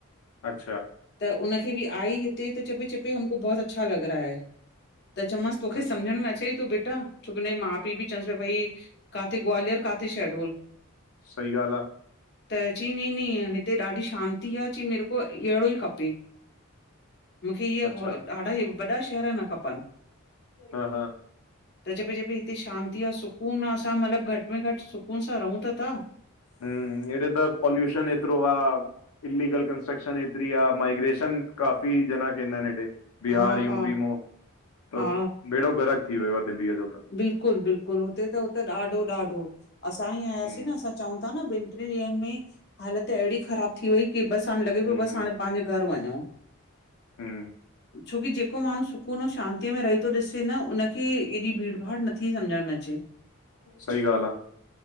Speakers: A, on the left; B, on the left.
A: अच्छा।
B: त उनखे बि आई हिते त चेपी चेपी हमको बहुत अच्छा लॻ रा है त चोमास तोखे
A: अच्छा
B: सम्झण में अचे थो बेटा छोकी हुनजे माउ पीउ चवंस पिया, भाई काथे ग्वालियर काथे शेॾ डोल,
A: सही ॻाल्हि आ
B: त चई नई नई हिते ॾाढी शांती आ चईं मे को अहिड़ो, ई खपे मूंखे इहा
A: अच्छा
B: हो ॾाढा वॾा शहर न खपनि।
A: हा हा,
B: त चए पी चए पी हिते शांती आ सुकून आ असां मतिलबु घटि में घटि सुकून सां रहूं त ता।
A: हूं, हेॾे त पॉल्यूशन एतिरो आ। इल्लीगल कंस्ट्रक्शन एतरी आ, माइग्रेशन काफ़ी जना कंदा आहिनि हेॾे। बिहार
B: हा
A: यूपी
B: हा
A: मो त
B: हा
A: बेड़ो गरक थी वियो आ दिल्लीअ जो त।
B: बिल्कुलु बिल्कुलु हुते त हुते ॾाढो ॾाढो असां ई आयासीं
A: हम्म
B: न असां चऊं था न ॿिनि ट्रिनि ॾींहनि में हालत अहिड़ी ख़राब थी वई की बसि हाणे
A: हम्म
B: लॻे पियो बसि हाणे पांजे घर वञऊं।
A: हूं,
B: छोकी जेको माण्हू सुकून इऊं शांतीअ में रहे थो ॾिसे न उनखे एॾी भीड़ भाड़ नथी सम्झण में अचे।
A: सही ॻाल् आ।